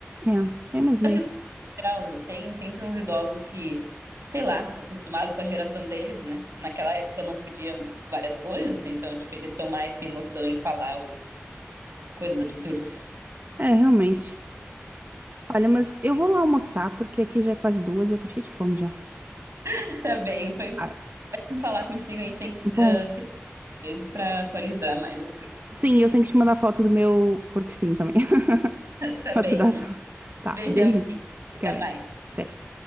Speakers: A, on the right (about 45°); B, on the right (about 75°).
A: é, é mesmo
B: Mas
A: isso.
B: em geral, tem sempre uns idosos que, sei lá, acostumados com a geração deles, né? Naquela época não podiam várias coisas, então tipo eles são mais sem noção em falar o- coisas absurdas.
A: É, realmente. Olha, mas eu vou lá almoçar, porque aqui já é quase duas, eu tô cheia de fome já.
B: <laughs> Tá bem, foi
A: Ah,
B: falar contigo, a gente tem que
A: bom,
B: ah, se fazer vezes para atualizar mais as coisas.
A: sim, eu tenho que te mandar foto do meu porco-espinho também. <laughs>
B: Tá
A: Pra
B: bem.
A: tu dar. a tua- Tá,
B: Beijão,
A: beijinho. Fica
B: até
A: bem.
B: mais.
A: Até.